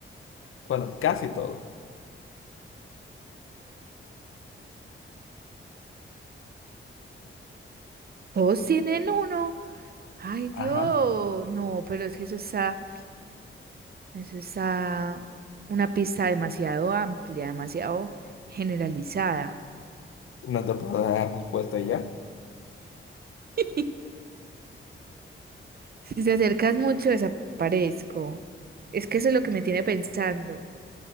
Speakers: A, on the left; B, on the right.
A: Bueno, casi todo.
B: Todos tienen uno. Ay, Dios.
A: Ajá.
B: No, pero es que eso está, eso está una pista demasiado amplia, demasiado generalizada.
A: No te puedo dar respuesta ya.
B: <laughs> Si te acercas mucho, desaparezco. Es que eso es lo que me tiene pensando.